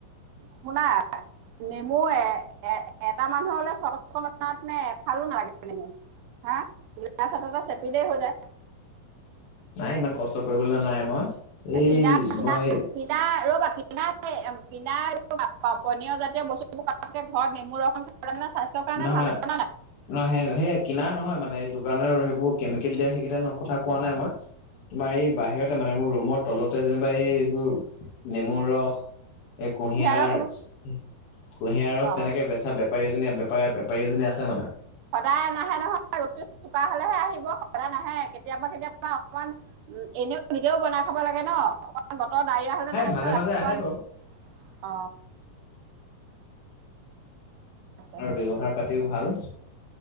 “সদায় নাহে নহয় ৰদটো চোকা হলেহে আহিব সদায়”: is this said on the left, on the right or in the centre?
Right